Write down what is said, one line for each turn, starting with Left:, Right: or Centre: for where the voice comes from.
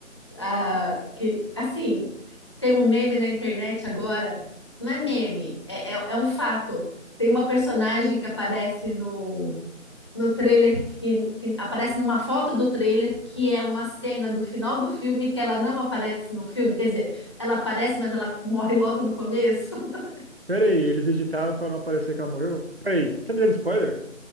Left: ah, que, assim, tem um meme na internet agora. Não é meme, é, é é um fato. Tem uma personagem que aparece no no trailer que, que aparece numa foto do trailer que é uma cena do final do filme que ela não aparece no filme, quer dizer, ela aparece, mas ela morre logo no começo. <laughs>
Right: Pera aí, eles editaram pra não aparecer que ela morreu? Pera aí, tá me dando spoiler?